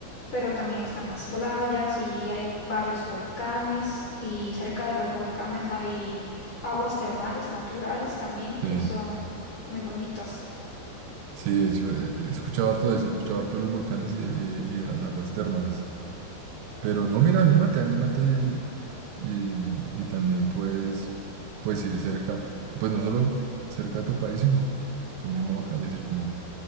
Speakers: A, on the left; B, on the right.
A: pero también están las playas y hay varios volcanes y cerca de los volcanes hay aguas termales naturales también que
B: Sí,
A: son muy bonitas.
B: sí, eso, eh, he he escuchado harto de eso, he escuchado harto de los volcanes y de, y- y de las aguas termales. Pero no, mira, anímate, anímate y, y, y también puedes, puedes ir cerca, pues no solo cerca de tu país, sino tú mismo acabas de decir como